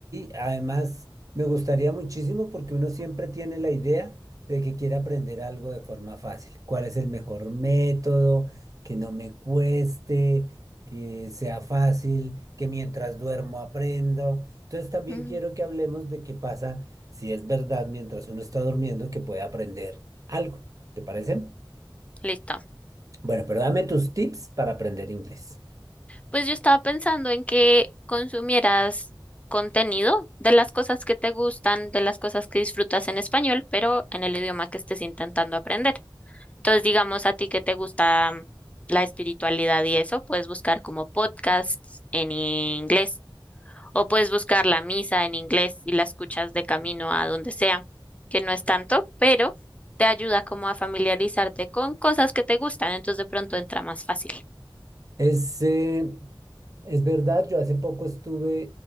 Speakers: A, on the right; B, on the left.
A: además me gustaría muchísimo porque uno siempre tiene la idea de que quiere aprender algo de forma fácil. ¿Cuál es el mejor método? Que no me cueste, que sea fácil, que mientras duermo aprendo. Entonces también
B: Mm,
A: quiero que hablemos de qué pasa si es verdad mientras uno está durmiendo que puede aprender algo. ¿Te parece?
B: Listo.
A: Bueno, pero dame tus tips para aprender inglés.
B: Pues yo estaba pensando en que consumieras contenido de las cosas que te gustan, de las cosas que disfrutas en español, pero en el idioma que estés intentando aprender. Entonces, digamos a ti que te gusta mm, la espiritualidad y eso, puedes buscar como podcasts en inglés o puedes buscar la misa en inglés y la escuchas de camino a donde sea, que no es tanto, pero te ayuda como a familiarizarte con cosas que te gustan, entonces de pronto entra más fácil.
A: Es, eh, es verdad, yo hace poco estuve